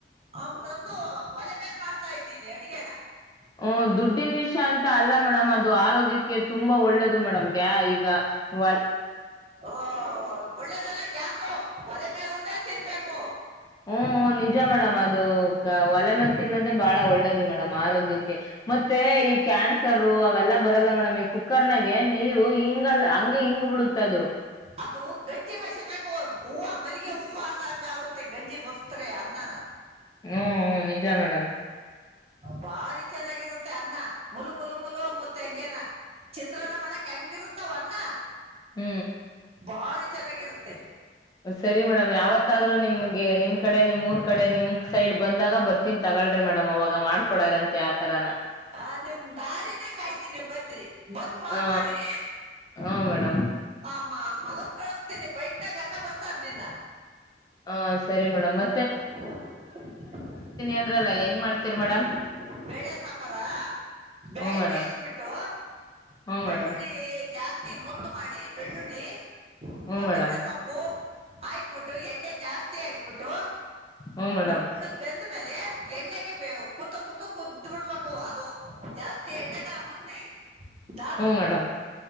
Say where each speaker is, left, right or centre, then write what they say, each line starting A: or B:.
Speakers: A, on the right; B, on the left.
A: ಅಂತಂದು ಓಲೆ ಮೇಲ್ ಮಾಡ್ತಾ ಇದ್ದೀನಿ ಅಡಗೆನ.
B: ಹೂ ದುಡ್ಡಿನ ವಿಷ ಅಂತ್. ಅಲ್ಲ ಮೇಡಮ್ ಅದು ಆರೋಗ್ಯಕ್ಕೆ ತುಂಬಾ ಒಳ್ಳೇದು ಮೇಡಮ್ ಗ್ಯಾ ಈಗ ಓಲ್.
A: ಓ ಒಳ್ಳೇದಲ್ಲ ಗ್ಯಾಸು ಓಲೆ ಮ್ಯಾಳ್ ಗುದೆ ತಿನ್ಬೇಕು.
B: ಹ್ಮ್ ಹ್ಮ್ ನಿಜ ಮೇಡಮ್ ಅದ್. ಅದು ಒಲೆ ಮೇಲೆ ತಿನ್ನೋದೇ ಬಹಳ ಒಳ್ಳೇದು ಮೇಡಮ್ ಆರೋಗ್ಯಕ್ಕೆ. ಮತ್ತೆ ಈ ಕ್ಯಾನ್ಸರ್ರು ಅವೆಲ್ಲ. ಬರಲ್ಲ ಮೇಡಮ್ ಈ ಕುಕ್ಕರ್ ನಾಗೆ ನೀರು ಹಿಂಗಲ್ಲ ಹಂಗೆ ಹಿಂಗ್ ಬಿಡುತ್. ತದು
A: ಅದು ಗಂಜಿ ಬಸಿ ಬೇಕು. ಹೂವ ಮಲ್ಲಿಗೆ ಹೂವ ಆದಂಗ್ ಆಗುತ್ತೆ ಗಂಜಿ ಬಸದ್ರೆ ಅನ್ನನ.
B: ಹ್ಮ್ ಹ್ಮ್ ನಿಜ ಮೇಡಮ್.
A: ಬಾರಿ ಚೆನ್ನಾಗಿರುತ್ತೆ ಅನ್ನ ಮುಲು ಮುಲು ಮುಲು ಅಂಬುತ್ತೆ ಹಂಗೇನ ಚಿತ್ರಾನ್ನ ಮಾಡಕ್ ಹೆಂಗಿರುತ್ತಾವ ಅನ್ನ.
B: ಹ್ಮ್
A: ಬಾರಿ ಚೆನ್ನಾಗಿರುತ್ತೆ.
B: ಸರಿ ಮೇಡಮ್ ಯಾವತ್ತಾದ್ರೂ ನಿಮ್. ನಿಮಗೆ ನಿಮ್ ಕಡೆ ನಿಮ್ ಊರ್ ಕಡೆ ನಿಮ್ ಸೈಡ್ ಬಂದಾಗ ಬರ್ತೀನಿ ತಗಳ್ರಿ ಮೇಡಮ್ ಅವಾಗ ಮಾಡ್ಕೊಡಾರಂತೆ ಆತರಾನ
A: ಆ ನಿಮ್ ದಾರಿನ ಕಾಯ್ತೀನಿ ಬನ್ರಿ ಬಂದ್ ಫೋನ್
B: ಹ
A: ಮಾಡ್ರಿ
B: ಹ ಮೇಡಮ್.
A: ನಿಮ್ಮ ಮಗನ್ ಕಳ್ಸ್. ಕಳ್ಸ್ತೀನಿ ಬೈಕ್ನಾಗ ಕರ್ಕ ಬರ್ತಾನ ನಿನ್ನ.
B: ಹ ಸರಿ ಮೇಡಮ್ ಮ
A: <inaudible>
B: ಅಂದ್ರಲ್ಲ ಹೆಂಗ್ ಮಾಡ್ತೀರಿ ಮೇಡಮ್
A: ಬೇಳೆ ಸಾಂಬಾರ ಬೆೇಳೆ
B: ಹ್ಮ್ ಮೇಡಮ್
A: ಬೇಯಿಸಿಬಿಟ್ಟು
B: ಹ್ಮ್
A: ಬೆಳ್ಳುಳ್ಳಿ
B: ಮೇಡಮ್
A: ಜಾಸ್ತಿ ಮುಂದ್ ಮಾಡಿ ಬೆಳ್ಳುಳ್ಳಿ.
B: ಹ್ಮ್
A: ಕೊತ್ತಂಬರಿ
B: ಮೇಡಮ್
A: ಸೊಪ್ಪು. ಆಕ್ಬಿಟ್ಟು ಎಣ್ಣೆ ಜಾಸ್ತಿ ಆಯಕ್ಬಿಟ್ಟು.
B: ಹ್ಮ್ ಮೇಡಮ್
A: ನುಣ್ಣಗ್ ಬೆಂದ್ಮೇಲೆ ಎಣ್ಣೆಗೆ ಕೂತು ಕೂತು ಕುದ್ ಬಿಡ್ಬೇಕು ಅದು ಜಾಸ್ತಿ ಎಣ್ಣೆ ತಗ ಮುತ್ತೆ ದಾಲು
B: ಹ್ಮ ಮೇಡಮ್